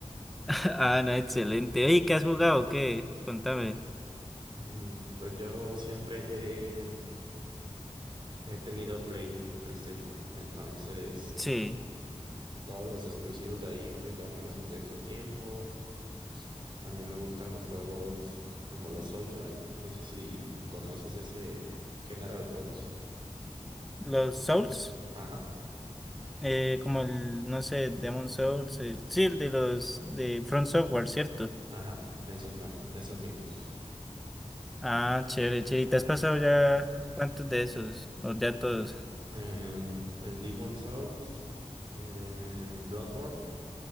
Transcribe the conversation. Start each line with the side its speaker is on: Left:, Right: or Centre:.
Centre: Ah, no, excelente. ¿Y qué has jugado? ¿Qué? Contame.
Right: Mm, Pues yo siempre he, he tenido Play, PlayStation, entonces
Centre: Sí.
Right: todos los exclusivos de ahí pues ya me los jugué en su tiempo. También me gustan los juegos como los Souls-like, no sé si conoces ese género de juegos.
Centre: Los Souls,
Right: Ajá.
Centre: eh, como el, no sé, Demon Souls, el, sí, el de los de Front Software, ¿cierto?
Right: Ajá, esos, mer- esos mismos.
Centre: Ah, chévere, chévere. ¿Y te has pasado ya cuántos de esos? ¿O ya todos?
Right: Em, el Demon Souls, eh, Bloodborne